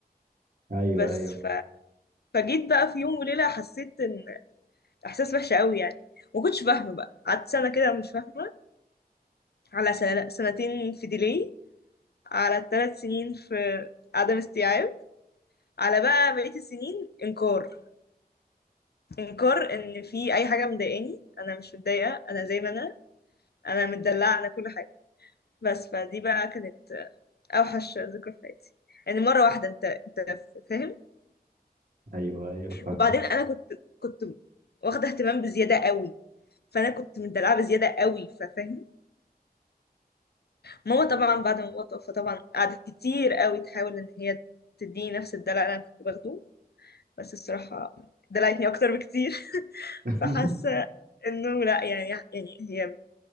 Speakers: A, on the right; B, on the left.
A: ايوه
B: بس
A: ايوه
B: ف فجيت بقى في يوم وليلة حسيت ان احساس وحش قوي يعني ما كنتش فاهمة بقى قعدت سنة كده مش فاهمة على سنة سنتين في ديلي على ثلاث سنين في عدم استيعاب على بقى بقية السنين انكار انكار ان في اي حاجة مضايقاني انا مش متضايقة انا زي ما انا انا متدلعة انا كل حاجة بس فدي بقى كانت اوحش ذكرى في حياتي يعني مرة واحدة انت انت فاهم
A: ايوه ايوه فاهم
B: وبعدين انا كنت كنت واخده اهتمام بزياده قوي فانا كنت مدلعه بزياده قوي ففاهم ماما طبعا بعد ما بابا توفى طبعا قعدت كتير قوي تحاول ان هي تديني نفس الدلع اللي انا كنت باخده بس الصراحه دلعتني اكتر بكتير <laughs>
A: <laughs>
B: فحاسه انه لا يعني يعني هي